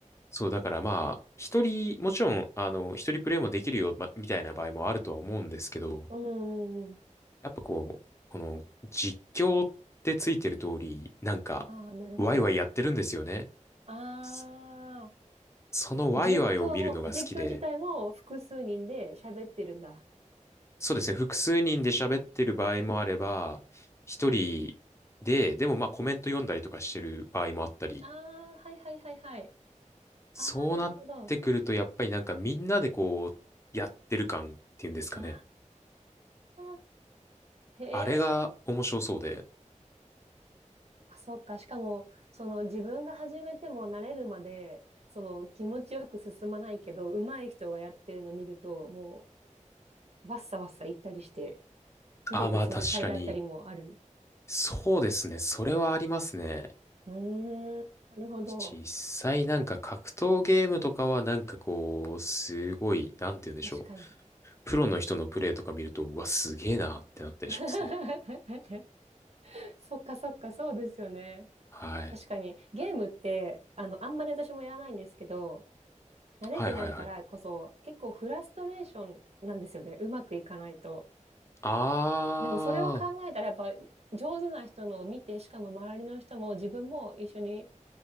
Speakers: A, on the left (about 20°); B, on the right (about 55°).
A: そう、だからまあ、一人、もちろん、あの、一人プレイもできるよ、まみたいな場合もあるとは思うんですけど、
B: うんうんうん。
A: やっぱこう、この実況ってついてる通り、なんか、
B: ああ、なるほど。
A: ワイワイやってるんですよね。
B: あ
A: そそのワイワイを見るのが好きで、
B: あ、実況、実況自体も複数人で喋ってるんだ。
A: そうですね、複数人で喋ってる場合もあれば、一人で、でもまあコメント読んだりとかしてる場合もあったり、
B: ああ、はいはいはいはい。
A: そうなってくると、
B: ああ、なるほど。
A: やっぱりなんかみんなでこう、やってる感っていうんですかね。
B: ああ、へ
A: あれが面白そうで、
B: え。あ、そっか。しかも、その自分が始めても慣れるまで、その気持ちよく進まないけど、上手い人がやってるの見ると、もう、わっさわっさ行ったりして、見てて爽快だったりもある。
A: ああまあ確かに、そうですね、それはありますね。
B: うーん、なるほど。
A: 実際なんか格闘ゲームとかはなんかこう、すごい、なんて言うんでしょう。
B: 確かに。
A: プロの人のプレイとか見ると、うわ、すげえなってなったりしますね。
B: <laughs> そっかそっか、そうですよね。
A: はい。
B: 確かに、ゲームって、あの、あんまり私もやらないんですけど、慣れてないからこそ、
A: はいはいはい。
B: 結構フラストレーションなんですよね。うまくいかないと。
A: あ
B: でもそれを考えたら、やっぱ上手な人のを見て、しかも周りの人も自分も一緒に